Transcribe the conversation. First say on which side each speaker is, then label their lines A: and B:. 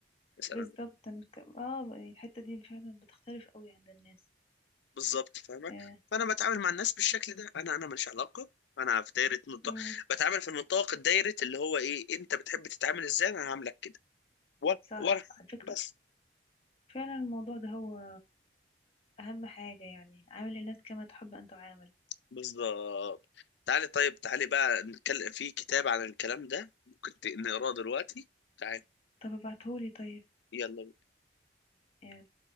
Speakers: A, on the left (about 75°); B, on the left (about 30°).
A: مثلا
B: بالظبط أنا ك- اه يعني الحتة دي فعلا بتختلف قوي عند الناس
A: بالظبط فاهمه
B: آه.
A: فانا بتعامل مع الناس بالشكل ده انا انا ماليش علاقه انا في دايره نطاق
B: م.
A: بتعامل في النطاق الدايره اللي هو ايه انت بتحب تتعامل ازاي انا هعاملك كده ورا
B: صح
A: ورا
B: على فكرة
A: بس
B: فعلا الموضوع ده هو اهم حاجة يعني عامل الناس كما تحب ان تعامل
A: بالظبط تعالي طيب تعالي بقى نتكلم في كتاب عن الكلام ده ممكن ت- نقراه دلوقتي تعالي
B: طب ابعتهولي طيب
A: يلا
B: يعني